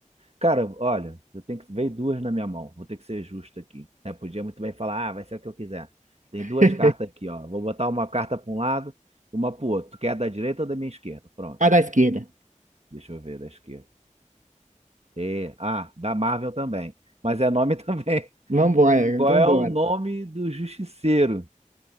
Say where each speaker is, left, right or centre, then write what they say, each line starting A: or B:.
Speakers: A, on the right; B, on the right.
A: Cara, olha, eu tenho que. Veio duas na minha mão. Vou ter que ser justo aqui. né? podia muito bem falar, ah, vai ser o que eu quiser. Tem duas
B: <laughs>
A: cartas aqui, ó. Vou botar uma carta para um lado, uma pro outro. Tu quer da direita ou da minha esquerda? Pronto.
B: A da esquerda.
A: Deixa eu ver da esquerda. E, ah, da Marvel também. Mas é nome <laughs> também.
B: Vambora,
A: Qual
B: vambora.
A: é o nome do Justiceiro?